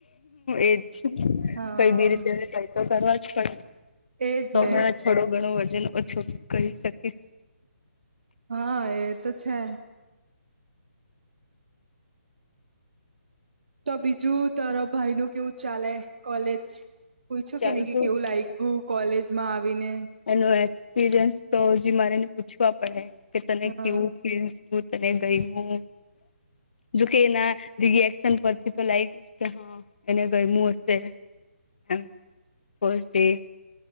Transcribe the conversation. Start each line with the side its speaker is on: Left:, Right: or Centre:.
Left: એજ કઈ
Right: હા.
Left: બી રીતે હવે કઈ તો કરવા જ તો
Right: એજ ને
Left: હવે થોડું ઘણું વજન ઓછું કરી શકીશ
Right: હા એ તો છે. તો બીજું તર ભાઈ ન કેવું ચાલે કોલેજ? પૂછું
Left: ચાલતું
Right: કે નહી કે કેવું લાયકું
Left: છે
Right: કોલેજ માં આવીને.
Left: એનો એક્સપિરિયન્સ તો હ મારેને પૂછવા પડે કે તને
Right: હા.
Left: કેવું ફીડ. હું તને ગઈ હું કે નાીગ શન પરથી તો લાગ ગ્યું કે હા એને ગમું હશે એમ પોઝતે